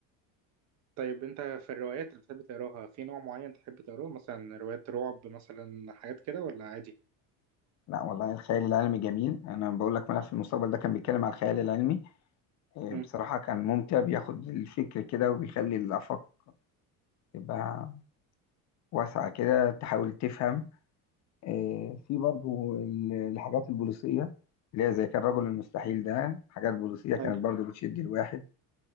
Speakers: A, on the right; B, on the left.
A: طيب انت في الروايات اللي بتحب تقراها في نوع معين تحب تقراه مثلا روايات رعب مثلا حاجات كده ولا عادي
B: لا والله الخيال العلمي جميل انا بقول لك ملف المستقبل ده كان بيتكلم على الخيال العلمي آه،
A: امم
B: بصراحة كان ممتع بياخد الفكر كده وبيخلي الآفاق تبقى واسعة كده تحاول تفهم آه، في برضو ال- الحاجات البوليسية اللي هي زي كان رجل المستحيل ده حاجات بوليسية كانت
A: ايوه
B: برضو بتشد الواحد